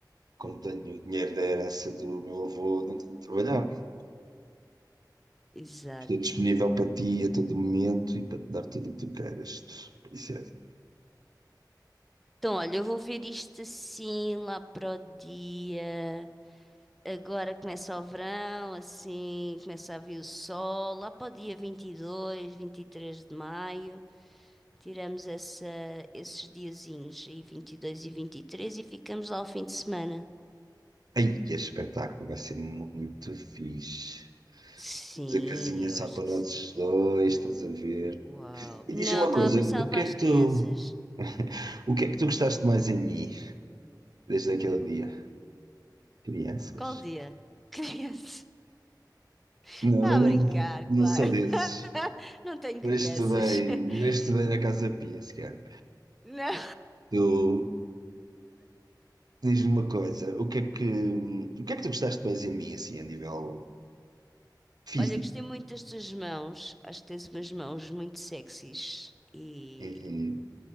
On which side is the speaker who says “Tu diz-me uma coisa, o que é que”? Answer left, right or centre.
Right